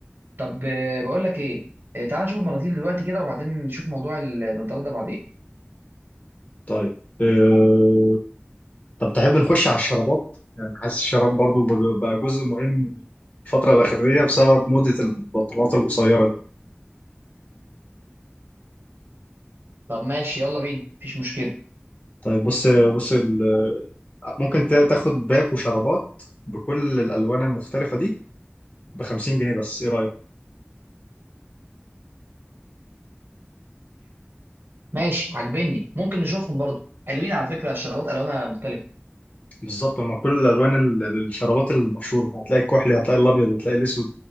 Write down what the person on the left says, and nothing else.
طيب أه... طب تحب نخش على الشرابات يعني حاسس الشراب برضو بقى بقى جزء مهم الفتره الاخيره بسبب موضه البنطلونات القصيره
طيب بص بص ال... ممكن تا- تاخد باك وشرابات بكل الالوان المختلفه دي ب 50 جنيه بس ايه رايك
بالظبط هما كل الالوان ال- الشرابات المشهوره هتلاقي الكحلي هتلاقي الابيض هتلاقي الاسود